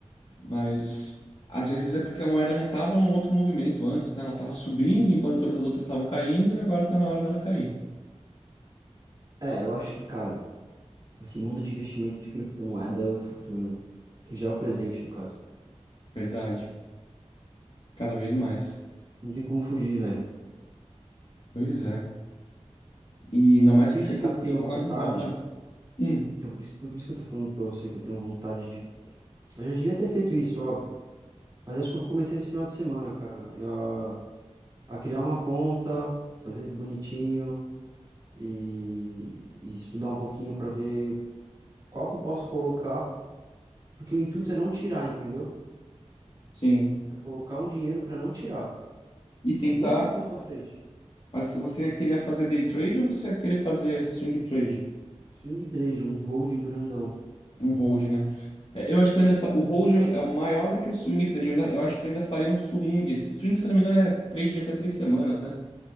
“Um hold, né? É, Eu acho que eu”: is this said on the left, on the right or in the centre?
Left